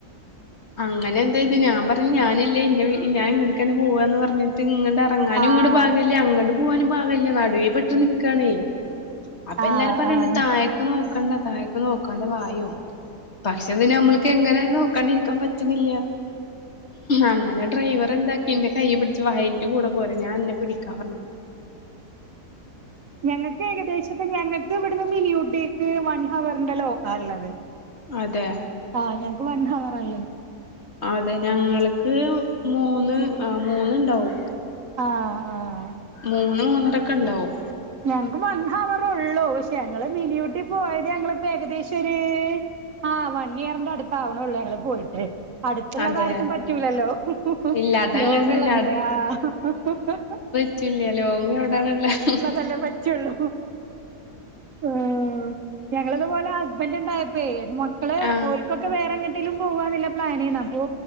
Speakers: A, on the left (about 45°); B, on the right (about 60°).
A: അങ്ങനെഎന്തേത് ഞാൻപറഞ്ഞു ഞാന് ല്ല ഇന്റെവി ഞാ ഇങ്ങട്ട്തെന്നെ പോവാന്ന് പറഞ്ഞിട്ട് ഇങ്ങട്ട് എറങ്ങാനും
B: ആഹ്
A: ഇങ്ങട് പാകല്ല അങ്ങട് പോവാനും പാവല്ല നടുവിപെട്ട് നിക്കാണെ അപ്പൊഎല്ലാരും
B: ആഹ്
A: പറയ്ണ്ട്
B: ആഹ്
A: തായേ ക്ക് നോക്കണ്ട താഴക്ക് നോക്കാതെ വായോ.
B: <inaudible>
A: പക്ഷെഅത് ന്നമ്മൾക്ക് എങ്ങനെ നോക്കാണ്ടിരിക്കാൻ പറ്റ്ന്ന്ല്ല അങ്ങനെ ഡ്രൈവറെന്താക്കി ഇന്റെ കൈയ്യ് പി ച്ച് വായെന്റെ കൂടെ പോര് ഞാൻ അന്നെ പിടിക്കാറഞ്ഞു.
B: ഞങ്ങൾക്ക് ഏകദേശപ്പൊ ഞങ്ങൾക്ക് ഇവട്ന്ന് മിനിയുട്ടീക്ക് വൺ ഹവറിന്റെ ലോങ്ങാള്ളത്.
A: അതെ
B: ആഹ് ഞൾക്ക് വൺ ഹവറഇള്ളത്.
A: അതെ ഞങ്ങൾക്ക് മൂന്ന് ആ മൂന്ന്ണ്ടാവും.
B: ആഹ് ആഹ്
A: മൂന്ന് മൂന്നരൊക്കെണ്ടാവും.
B: ഞങ്ങക്ക് വൺ ഹവറേള്ളൂ പക്ഷെ ഞങ്ങള് മിനിയൂട്ടിപോയത് ഞങ്ങളിപ്പോ ഏകദേശൊര്.... ആഹ് വൺ ഇയറിന്റെ അടുത്താ വ്ണൊള്ളൂ ഞങ്ങള്പോയിട്ട്. അടുത്തുള്ളത്
A: അതെ
B: ആർക്കുംപറ്റൂലല്ലോഹ് ഹ് ഹ്
A: ഇല്ല അത
B: ലോങ്ങ്ള്ളതല്ലേ
A: അങ്ങനെ തന്നെ
B: ആഹ് ഹ് ഹ് ഹ്
A: റ്റ്ല്ലലോങ് എവടെണ്ല്ലേ? ഹ് ഹ്
B: ഇല്ല പറ്റൊള്ളൂ. ആഹ് ഞങ്ങളത്പോലെ ഹസ്ബെന്റ്ണ്ടായപ്പോ മക്കള്
A: ആഹ്
B: ഓല് ക്കൊക്കെ വേറെ എങ്ങട്ടിലും പോവാന്ള്ള പ്ലാനയ്നു അപ്പോ